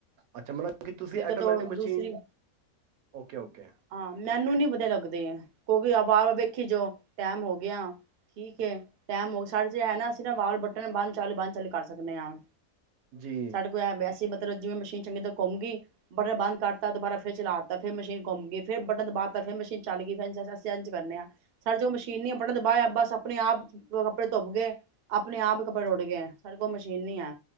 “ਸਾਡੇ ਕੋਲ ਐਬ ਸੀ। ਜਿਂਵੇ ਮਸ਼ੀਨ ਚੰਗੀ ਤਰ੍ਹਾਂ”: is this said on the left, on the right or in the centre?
Right